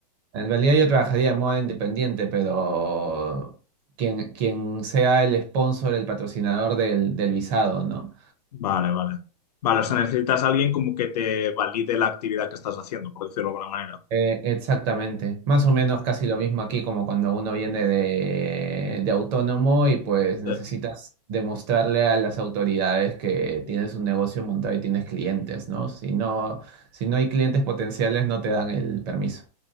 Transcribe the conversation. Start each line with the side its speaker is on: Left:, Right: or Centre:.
Right: En realidad yo trabajaría de modo independiente, pero quien, quien sea el sponsor, el patrocinador del, del visado, ¿no?
Left: vale, vale. Vale, o sea, necesitas a alguien como que te valide la actividad que estás haciendo, por decirlo de alguna manera.
Right: Eh, exactamente. Más o menos
Left: Vale,
Right: casi lo mismo aquí como cuando uno viene de, de autónomo y pues necesitas
Left: Sí.
Right: demostrarle a las autoridades que tienes un negocio montado y tienes clientes, ¿no? Si no, si no hay clientes potenciales, no te dan el permiso.